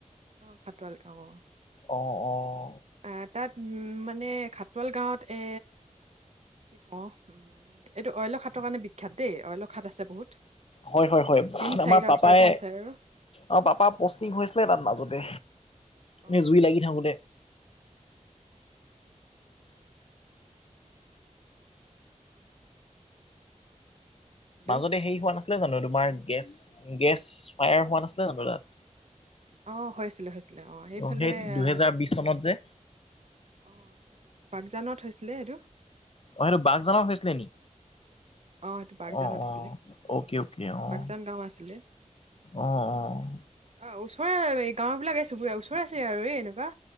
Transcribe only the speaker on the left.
অঁ অঁ।
হয় হয় হয়
আমাৰ পাপাই
অঁ পাপা পষ্টিং
হৈছিলে তাত মাজতে
এ জুই লাগি থাকোঁতে।
মাজতে হেৰি হোৱা নাছিলে জানো তোমাৰ গেছ গেছ ফায়াৰ হোৱা নাছিলে জানো তাত?
অ সেই
দুহেজাৰ বিশ চনত যে
অ' সেইটো বাগজানত হৈছিলে নে?
অঁ
অঁ অকে অকে অঁহ।
অঁ অঁ।